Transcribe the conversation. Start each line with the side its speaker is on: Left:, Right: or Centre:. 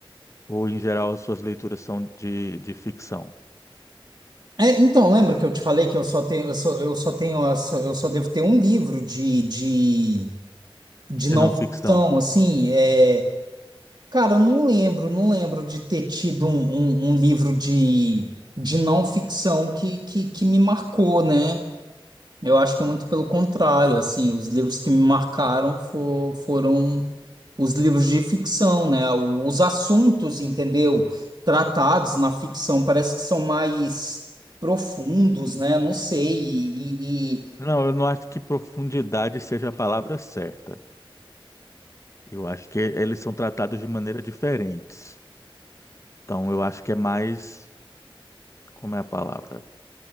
Left: ou em geral as suas leituras são de, de ficção,
Right: É, então, lembra que eu te falei que eu só tenho, eu só, eu só tenho, essa- eu só devo ter um livro de, de, de
Left: de
Right: não
Left: não
Right: ficção,
Left: ficção.
Right: assim, é, Cara, eu não lembro, não lembro de ter tido um, um- um livro de, de não ficção que, que, que me marcou, né? Eu acho que é muito pelo contrário, assim, os livros que me marcaram fo- foram os livros de ficção, né? O- Os assuntos, entendeu? Tratados na ficção parece que são mais profundos, né? Não sei, e... e- e-
Left: Não, eu não acho que profundidade seja a palavra certa. Eu acho que eles são tratados de maneira diferentes. Então, eu acho que é mais, como é a palavra?